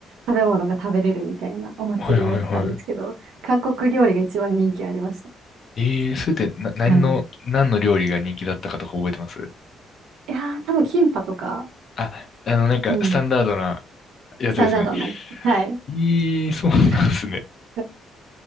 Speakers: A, on the right (about 80°); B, on the left (about 40°).
A: 食べ物が食べれるみたいなお祭りをやってたんですけど、
B: はいはいはい。
A: 韓国料理が一番人気ありました。
B: えー、スウェーデン、な、何の、
A: はい、
B: 何の料理が人気だったかとか覚えてます
A: いやー、多分キンパとか、
B: あ、あの、なんか、
A: うん、
B: スタンダードなやつですね。
A: スタンダードなやつ。はい。
B: ええ、そうなんですね。
A: <laughs> し